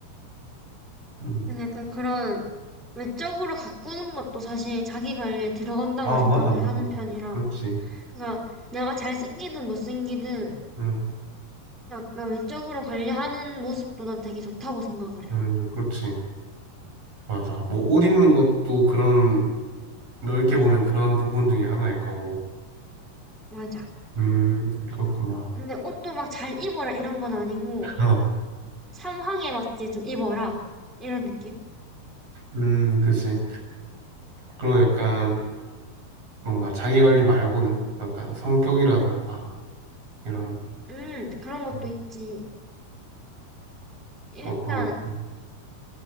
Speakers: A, on the right; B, in the centre.
A: 음.
B: 근데 약간 그런 외적으로 가꾸는 것도 사실 자기 관리에 들어간다고
A: 아,
B: 생각을
A: 맞아, 맞아.
B: 하는 편이라.
A: 그렇지.
B: 그러니까 내가 잘생기든 못생기든
A: 응,
B: 약간 외적으로 관리하는 모습도 난 되게 좋다고 생각을 해.
A: 응, 그렇지. 맞아. 뭐, 옷 입는 것도 그런, 넓게 보면 그런 부분 중에 하나일 거고.
B: 맞아.
A: 음, 그렇구나.
B: 근데 옷도 막 잘 입어라 이런 건 아니고
A: <laughs> 어,
B: 상황에 맞게 좀 입어라 이런 느낌?
A: 음, 그지. 그리고 약간 뭔가 자기 관리 말고는 약간 성격이라던가 이런
B: 음, 그런 것도
A: 음,
B: 있지. 일단
A: 어떤, 음,